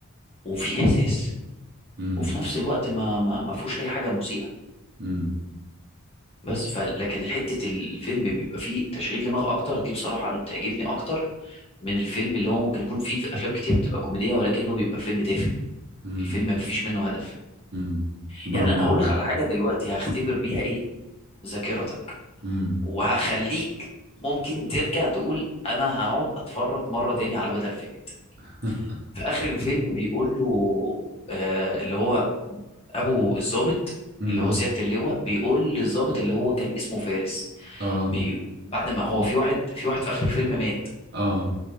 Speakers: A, on the left; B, on the right.
A: وفيه احساس
B: مم.
A: وفي نفس الوقت ما ما ما فيهوش اي حاجه مسيئه
B: مم.
A: بس ف لكن حته الفيلم بيبقى فيه تشغيل دماغ اكتر دي بصراحه انا بتعجبني اكتر من الفيلم اللي هو ممكن يكون فيه في افلام كتيره بتبقى كوميديه ولكنه بيبقى فيلم تافه
B: مم.
A: الفيلم مفيش منه هدف
B: مم. برافو
A: يعني انا
B: عليك
A: هقول لك على حاجه دلوقتي هختبر بيها ايه ذاكرتك
B: مم.
A: وهخليك ممكن ترجع تقول انا هقعد اتفرج مره تاني على بدل فائت
B: <laughs>
A: في اخر الفيلم بيقول له آه اللي هو ابو الضابط
B: امم
A: اللي هو سياده اللواء بيقول للضابط اللي هو كان اسمه فارس
B: اه
A: بي... بعد ما هو في واحد في واحد في اخر الفيلم مات
B: اه